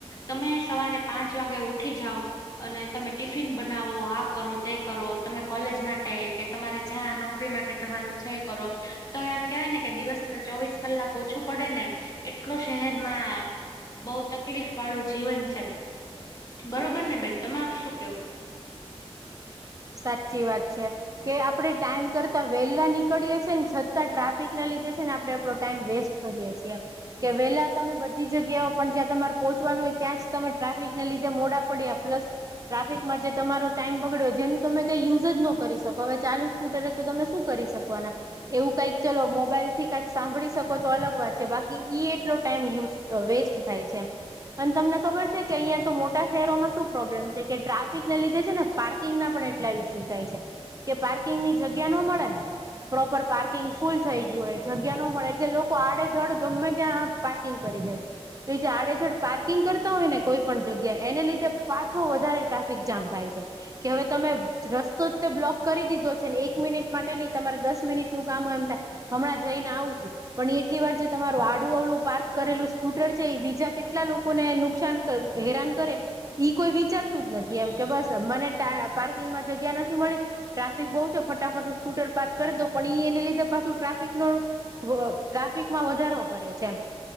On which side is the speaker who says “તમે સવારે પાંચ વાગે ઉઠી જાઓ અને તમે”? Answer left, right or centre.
Left